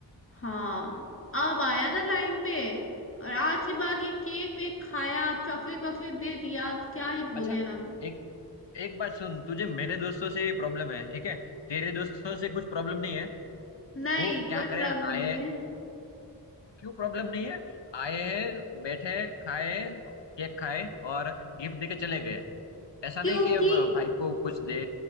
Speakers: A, on the left; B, on the left.
A: हाँ अब आया ना लाइन पे और आज के बाद ये केक वेक खाया चॉकलेट वॉकलेट दे दिया तो क्या ही बोले
B: अच्छा
A: हम
B: एक एक बात सुन तुझे मेरे दोस्तों से प्रॉब्लम है ठीक है तेरे दोस्तों से कुछ प्रॉब्लम नहीं है
A: नहीं
B: वो क्या
A: कोई
B: करे
A: प्रॉब्लम
B: आए
A: नहीं है
B: क्यों प्रॉब्लम नहीं है आए बैठे खाए केक खाए और गिफ्ट देके चले गए ऐसा
A: क्योंकि
B: नहीं कि अब भाई को कुछ दे